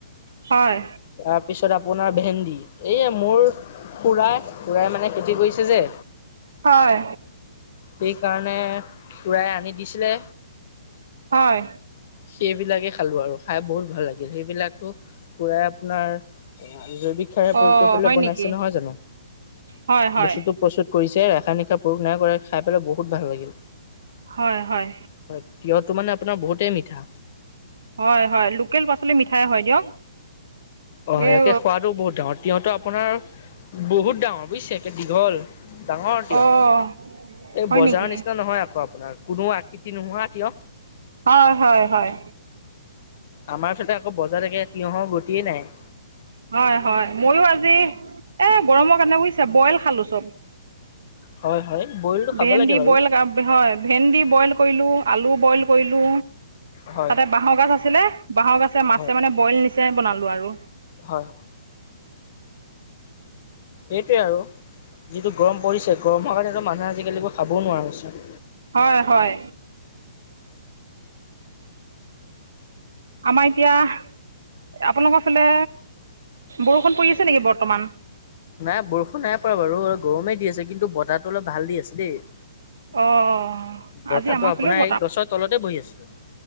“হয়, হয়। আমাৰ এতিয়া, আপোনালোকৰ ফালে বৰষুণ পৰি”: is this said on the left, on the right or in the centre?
Right